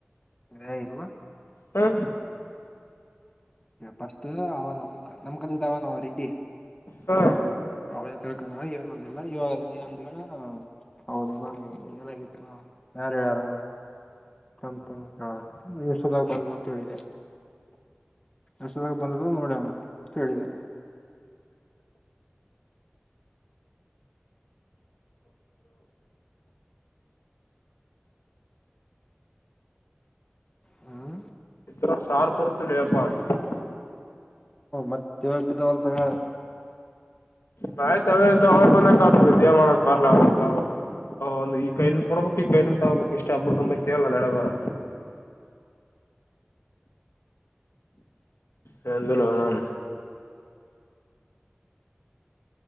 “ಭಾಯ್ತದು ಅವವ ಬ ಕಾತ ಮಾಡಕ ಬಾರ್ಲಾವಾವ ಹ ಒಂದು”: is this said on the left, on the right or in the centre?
Left